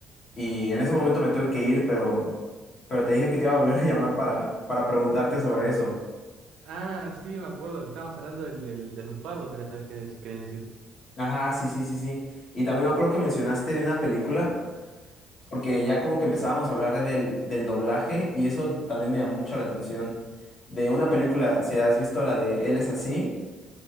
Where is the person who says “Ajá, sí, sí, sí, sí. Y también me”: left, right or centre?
Left